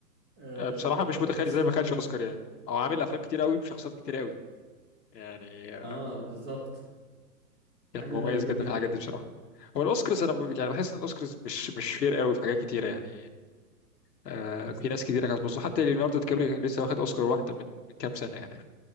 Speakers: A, on the right (about 15°); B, on the left (about 80°).
A: آه،
B: آه، بصراحة مش
A: فبحس
B: متخيل إزاي
A: ان
B: ما
A: هو
B: خدش أوسكار يعني أو عامل أفلام كتير قوي بشخصيات كتير قوي يعني آه،
A: اه بالظبط
B: كان
A: حاجة
B: مميز
A: غريبة
B: جدا
A: جدا
B: في الحاجات دي بصراحة هو الأوسكارز أنا ب- يعني بحس إن الأوسكارز مش مش فير قوي في حاجات كتيرة يعني آه، في ناس كتيرة كانت مظلومة حتى ليوناردو دي كابريو كان لسه واخد أوسكار واحدة من من كام سنة يعني